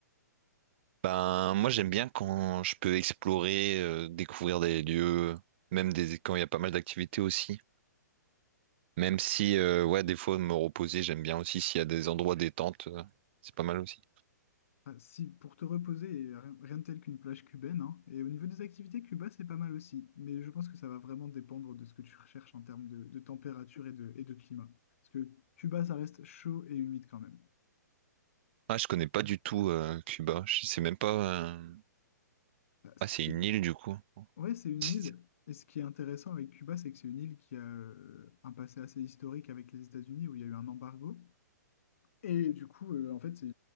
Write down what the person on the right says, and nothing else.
Ben, moi, j'aime bien quand je peux explorer, euh, découvrir des lieux, même des, quand il y a pas mal d'activités aussi. Même si, euh, ouais, des fois, me reposer, j'aime bien aussi s'il y a des endroits détente, euh, c'est pas mal aussi.
Ah, je connais pas du tout euh, Cuba. Je sais même pas. euh,
Ah, c'est
une
île du coup.
C'est-